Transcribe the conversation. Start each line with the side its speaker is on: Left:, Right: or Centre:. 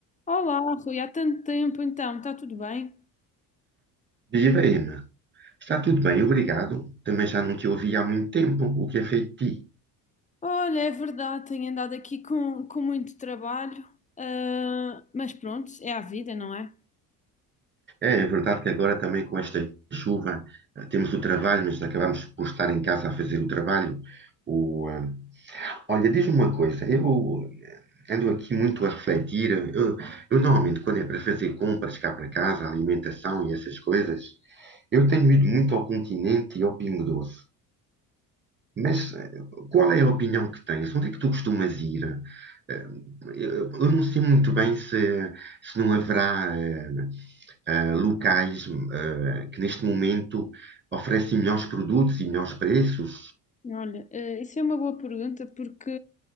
Left: Olá, Rui, há tanto tempo então, está tudo bem?
Right: Viva, Emma. Está tudo bem, obrigado. Também já não te ouvi há muito tempo. O que é feito de ti?
Left: Olha, é verdade, tenho andado aqui com, com muito trabalho, ah, mas pronto, é a vida, não é?
Right: É é verdade que agora também com esta chuva eh, temos o trabalho, mas acabamos por estar em casa a fazer o trabalho. O, ah, olha, diz-me uma coisa. Eu eh, ando aqui muito a refletir. eh, Eu, eu normalmente quando é para fazer compras cá para casa, alimentação e essas coisas, eu tenho ido muito ao Continente e ao Pingo Doce. Mas eh, qual é a opinião que tens? Onde é que tu costumas ir? Eh, Eu eu não sei muito bem se, se não haverá eh, eh, locais eh, que neste momento oferecem melhores produtos e melhores preços.
Left: Olha, ah, isso é uma boa pergunta porque